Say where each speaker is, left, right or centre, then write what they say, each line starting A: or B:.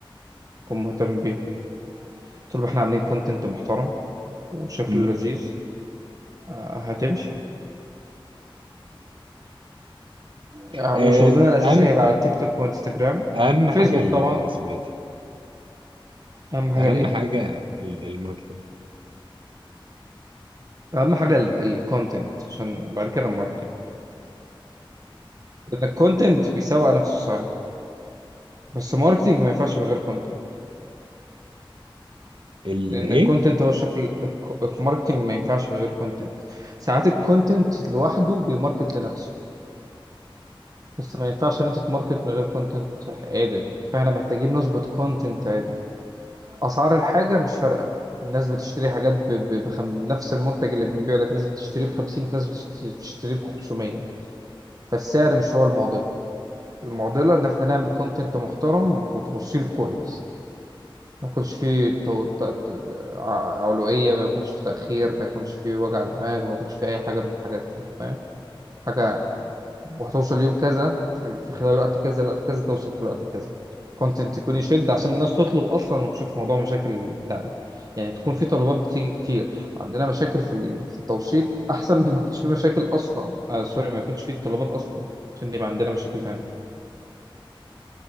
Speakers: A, on the right; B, on the right.
A: يكون مهتم بيهم طول ما احنا عاملين كونتنت محترم وشكله
B: مم.
A: لذيذ آه، هتمشي آه،
B: آه،
A: وشغلنا الاساسي
B: أهم
A: هيبقى على التيك توك وانستجرام
B: أهم
A: وفيسبوك
B: حاجة ال-
A: طبعا
B: اسمه إيه
A: اهم حاجه
B: ده؟ أهم
A: الايه
B: حاجة ال- الماركتينج
A: اهم حاجه الكونتنت عشان بعد كده الماركتنج لان الكونتنت بيسوق نفسه ساعات بس ماركتنج ما ينفعش من غير كونتنت
B: الايه
A: لان الكونتنت هو شكل الك- الماركتنج ما ينفعش من غير كونتنت ساعات الكونتنت لوحده بيماركت لنفسه بس ما ينفعش ان انت تماركت من غير كونتنت عادل فاحنا محتاجين نظبط كونتنت عادل اسعار الحاجه مش فارقه الناس بتشتري حاجات ب... ب... بخم... نفس المنتج اللي بنبيعه ده في ناس بتشتريه ب 50 في ناس بتشت- بتشتريه ب 500 فالسعر مش هو المعضله المعضله ان احنا نعمل كونتنت محترم وتوصيل كويس ما يكونش فيه تو... ت... ت... ع- علوية ما يكونش فيه تأخير ما يكونش فيه وجع دماغ ما يكونش فيه أي حاجة من الحاجات دي أنت فاهم حاجة وهتوصل يوم كذا في في خلال وقت كذا لوقت كذا توصل في الوقت كذا كونتنت يكون يشد عشان الناس تطلب اصلا وتشوف موضوع مشاكل الدعم يعني تكون في طلبات بتيجي كتير وعندنا مشاكل في ال- في التوصيل <laughs> احسن من ما يكونش في مشاكل اصلا آه سوري ما يكونش في طلبات اصلا عشان يبقى عندنا مشاكل تانية